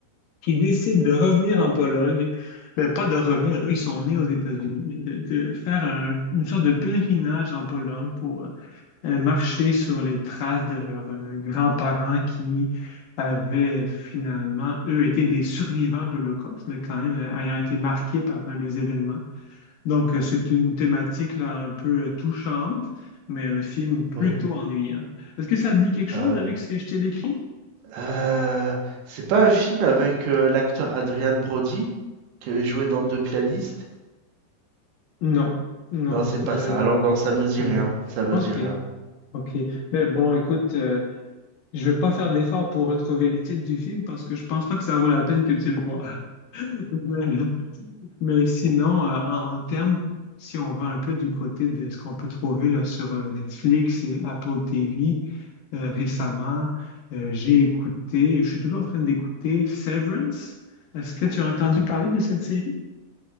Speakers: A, on the left; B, on the right.
A: qui décident de revenir en Pologne, ben pas de revenir, eux, ils sont nés aux États-Unis, mais de, de faire un- une sorte de pèlerinage en Pologne pour euh, marcher sur les traces de leurs euh, grands-parents qui avaient finalement, eux, été des survivants de l'Holocauste, mais quand même euh, ayant été marqués par euh, les événements. Donc, euh, c'est une thématique là, un peu euh, touchante, mais un film plutôt
B: Oui.
A: ennuyant. Est-ce que ça te dit quelque chose
B: Ah, le-
A: avec ce que je t'ai décrit?
B: Euh, c'est pas un film avec euh, l'acteur Adrian Brody qui avait joué dans Deux pianistes?
A: Non, non,
B: Non, c'est pas
A: je
B: ça. Alors non, ça me dit
A: Non.
B: rien. Ça me
A: Ok,
B: dit rien.
A: ok. Mais bon, écoute, euh, je vais pas faire d'effort pour retrouver le titre du film parce que je pense pas que ça vaut la peine que tu le vois. <laughs> Mais, mais sinon, euh, en, en termes, si on va un peu du côté de ce qu'on peut trouver là, sur euh, Netflix et Apple TV, euh, récemment, euh, j'ai écouté, je suis toujours en train d'écouter Severance. Est-ce que tu as entendu parler de cette série?